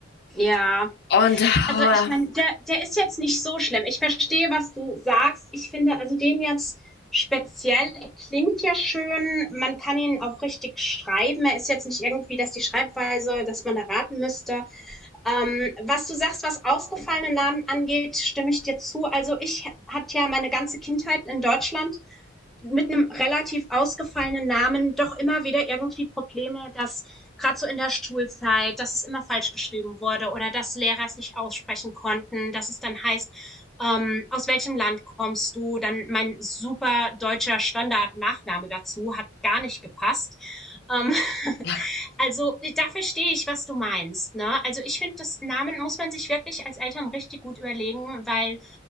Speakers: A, in the centre; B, on the left.
A: Ja,
B: Und
A: also
B: oh,
A: ich meine, der, der ist jetzt nicht so schlimm. Ich verstehe, was du sagst. Ich finde also den jetzt speziell, er klingt ja schön. Man kann ihn auch richtig schreiben. Er ist jetzt nicht irgendwie, dass die Schreibweise, dass man da raten müsste. Ähm, was du sagst, was ausgefallene Namen angeht, stimme ich dir zu. Also ich hatte ja meine ganze Kindheit in Deutschland mit einem relativ ausgefallenen Namen doch immer wieder irgendwie Probleme, dass gerade so in der Schulzeit, dass es immer falsch geschrieben wurde oder dass Lehrer es nicht aussprechen konnten, dass es dann heißt, ähm, aus welchem Land kommst du? Dann mein super deutscher Standard-Nachname dazu hat gar nicht gepasst. Ähm,
B: ja.
A: <laughs> also da verstehe ich, was du meinst. Ne? Also ich finde, das Namen muss man sich wirklich als Eltern richtig gut überlegen, weil